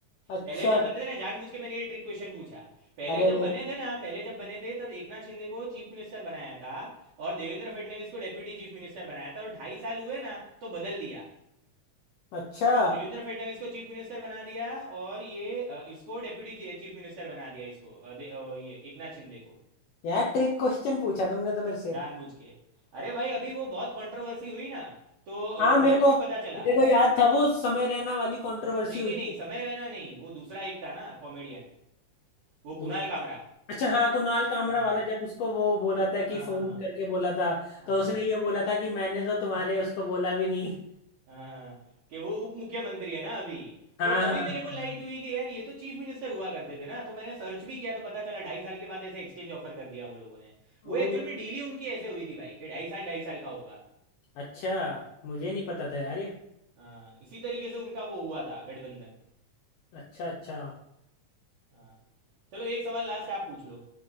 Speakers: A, on the left; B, on the right.
A: अच्छा
B: पहले जब बने थे ना जानबूझ के मैंने ये ट्रिक क्वेश्चन पूछा पहले
A: अरे
B: जब बने थे ना पहले जब बने थे तब एकनाथ शिंदे को चीफ मिनिस्टर बनाया था और देवेंद्र फडणवीस को डेप्यूटी चीफ मिनिस्टर बनाया था और ढाई साल हुए ना तो बदल दिया
A: अच्छा
B: देवेंद्र फडणवीस को चीफ मिनिस्टर बना दिया और ये अ, इसको डेप्यूटी चीफ मिनिस्टर बना दिया इसको अ, दे- अ, ये एकनाथ शिंदे को
A: यार ट्रिक क्वेश्चन पूछा तुमने तो मेरे से
B: जानबूझ के अरे भाई अभी वो बहुत कंट्रोवर्सी हुई ना तो अ,
A: हाँ मेरे
B: मेरे को
A: को
B: भी
A: मेरे
B: पता चला
A: को याद था वो समय रैना वाली कंट्रोवर्सी
B: नहीं
A: हुई
B: नहीं नहीं
A: थी
B: समय रहना नहीं वो दूसरा एक था ना कॉमेडियन वो
A: दूध
B: कुणाल कामरा
A: अच्छा हाँ कुणाल कामरा
B: हाँ
A: वाला जब उसको वो बोला था
B: हाँ
A: कि फोन
B: हाँ
A: करके बोला था
B: हाँ
A: तो
B: हाँ
A: उसने ये बोला था कि मैंने तो तुम्हारे उसको बोला भी नहीं
B: हाँ हाँ, कि वो उप मुख्यमंत्री है ना अभी
A: हाँ
B: तो तभी
A: हाँ
B: मेरे को लाइट
A: हाँ।
B: हुई कि यार ये तो चीफ मिनिस्टर हुआ करते थे ना तो मैंने सर्च भी किया तो पता चला ढाई साल के बाद ऐसे एक्सचेंज ऑफर कर दिया वो लोगों ने
A: ओ
B: वो एक्चुअल में डील ही उनकी ऐसे हुई थी भाई कि ढाई साल ढाई साल का होगा
A: अच्छा मुझे नहीं पता था यार ये
B: हाँ इसी तरीके से उनका वो हुआ था गठबंधन
A: अच्छा अच्छा
B: हाँ चलो एक सवाल लास्ट आप पूछ लो